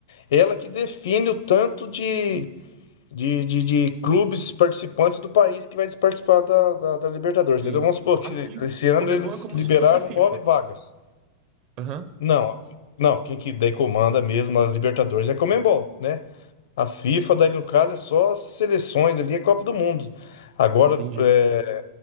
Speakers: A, on the left; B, on the right.
A: Ela que define o tanto de, de, de, de clubes participantes do país que vai participar da, da, da Libertadores,
B: Sim.
A: entendeu? Vamos supor que
B: A FIFA,
A: esse ano
B: Comebol
A: eles
B: é como
A: liberaram
B: se fosse a FIFA.
A: nove vagas.
B: Aham.
A: Não, a fi- não, quem que daí comanda mesmo a Libertadores é a Comembol, né? A FIFA, daí no caso, é só as seleções ali, é Copa do Mundo. Agora,
B: Entendi.
A: é,